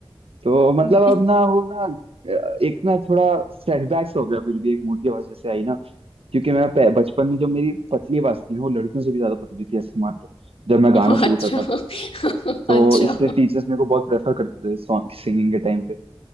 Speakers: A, on the right (about 80°); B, on the left (about 90°).
A: तो मतलब
B: बल-
A: अब ना वो ना अ, एक ना थोड़ा सेटबैक्स हो गया फिर भी एक मोटी आवाज जैसे आई ना क्योंकि मैं पे- बचपन में जब मेरी पतली आवाज थी ना वो लड़कियों से भी ज्यादा पतली थी ऐसे मान लो जब मैं
B: <laughs>
A: गाना शुरू
B: अच्छा
A: करता
B: <laughs>
A: था तो
B: अच्छा
A: इसलिए टीचर्स मेरे को बहुत प्रेफर करते थे सॉन्ग सिंगिंग के टाइम पे